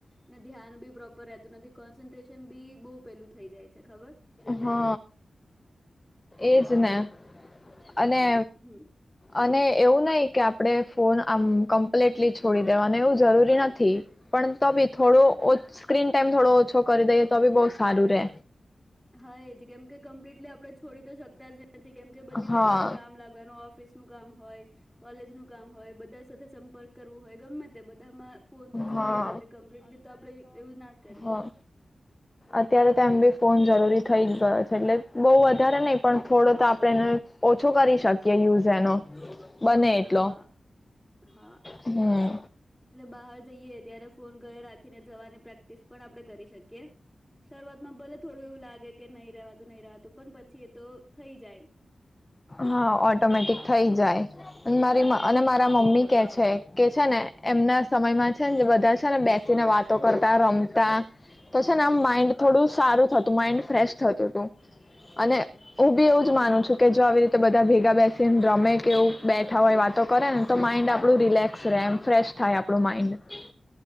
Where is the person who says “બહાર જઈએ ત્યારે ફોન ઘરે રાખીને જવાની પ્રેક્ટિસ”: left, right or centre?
Centre